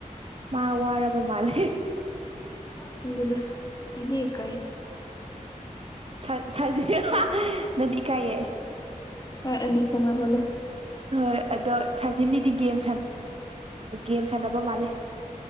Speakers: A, on the right (about 45°); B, on the left (about 30°).
A: ꯃꯥ ꯋꯥꯔꯕ ꯃꯥꯜꯂꯦ
B: ꯊꯗ ꯍꯥꯏꯅꯤꯑ ꯀꯥꯏ
A: ꯁ ꯁꯖꯤ ꯅꯗꯤ ꯀꯥꯏꯌꯦ
B: ꯑ ꯑꯦ ꯁꯉꯃ ꯑꯗꯨ
A: ꯍꯣꯏ ꯑꯗꯣ ꯁꯥꯖꯤꯟꯅꯤꯗꯤ ꯒꯦꯝ ꯒꯦꯝ ꯁꯥꯟꯅꯕ ꯃꯥꯜꯂꯦ